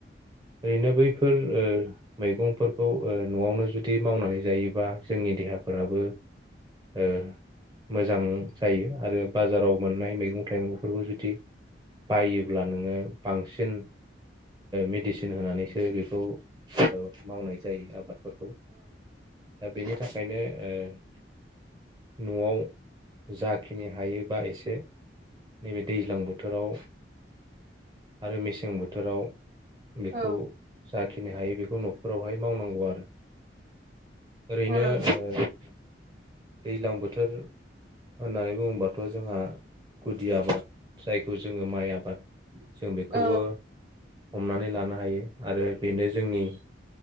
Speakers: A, on the right (about 25°); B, on the right (about 50°).
A: ओरैनो बैफोर ओ मैगंफोरखौ ओ नआवनो जुदि मावनानै जायोबा जोंनि देहा फोराबो ओ मोजां जायो आरो बाजाराव मोननाय मैगं थाइगंफोरखौ जुदि बायोब्ला नोङो बांसिन मिडिस नोनानि सो बेखौ औ मावनाय जायो आबाद फोरखौ दा बेनि थाख खायनो ओ नआव जाखिनि हायोबा एसे नैबे दैज्लां बोथोराव आरो मेसें बोथोराव बेखौ
B: औ
A: जाखिनि हायो बेख खौ नफोरावहाय मावनांगौ आरो ओरैनो
B: मावनांगौ
A: ओ दैलां बोथोर होननानै बुङोबाथ जोंहा गुदि आबाद जायखौ जोङो माइ आबाद जों बेखौबो
B: औ
A: हमनानै लानो हायो आरो बेनो जोंनि